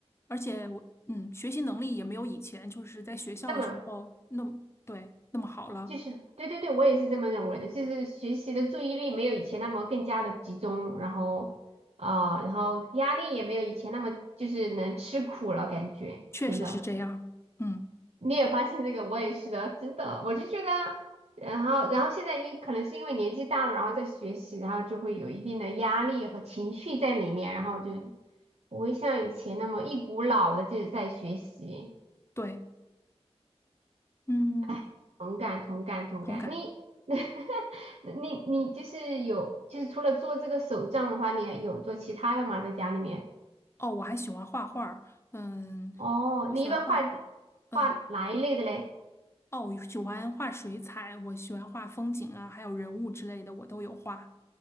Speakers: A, on the left; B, on the right.
A: 而且我嗯，学习能力也没有以前就是在学校的时候那么对那么好了，
B: 那么就是对对对，我也是这么认为的，就是学习的注意力没有以前那么更加的集中，然后啊、呃然后压力也没有以前那么就是能吃苦了，感觉真的，
A: 确实是这样。嗯，
B: 你也发现这个，我也是的，真的，我就觉得，然后然后现在因可能是因为年纪大了，然后在学习，然后就会有一定的压力和情绪在里面，然后就不会像以前那么一股脑的就是在学习。
A: 对，嗯，
B: 哎，同感同感同感，
A: 同感。
B: 你 <laughs> 你你就是有，就是除了做这个手账的话，你还有做其他的吗？在家里面？
A: 哦，我还喜欢画画儿嗯，
B: 哦，
A: 我喜欢画，
B: 你一般画
A: 嗯，
B: 画哪一类的嘞？
A: 哦，我喜欢画水彩，我喜欢画风景啊，还有人物之类的，我都有画。